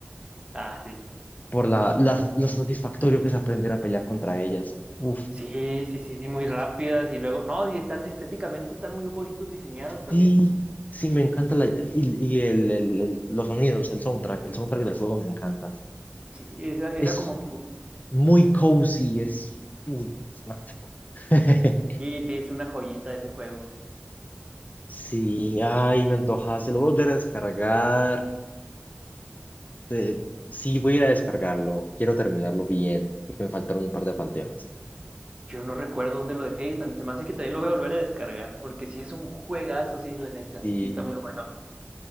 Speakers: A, on the right; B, on the left.
A: Ah, sí.
B: por la, las- lo satisfactorio que es aprender a pelear contra ellas. Uf.
A: Sí, sí, sí, sí, muy rápidas y luego, no, y están estéticamente están muy bonitos diseñados también.
B: Sí, sí, me encanta la, idea. y, y el, el- el- los sonidos, el soundtrack, el soundtrack del juego me encanta.
A: Sí, esa- era
B: Es
A: como que un-
B: muy cozy, es, uy, es mágico. <laughs>
A: sí, sí, es una joyita ese juego.
B: Sí, ay, me antojaste, lo voy a volver a descargar. Te- sí, voy a ir a descargarlo, quiero terminarlo bien, porque me faltaron un par de panteones.
A: Yo no recuerdo dónde lo dejé y también se me hace que también lo voy a volver a descargar, porque sí es un juegazo, sí, la neta.
B: Sí,
A: Sí está muy bueno.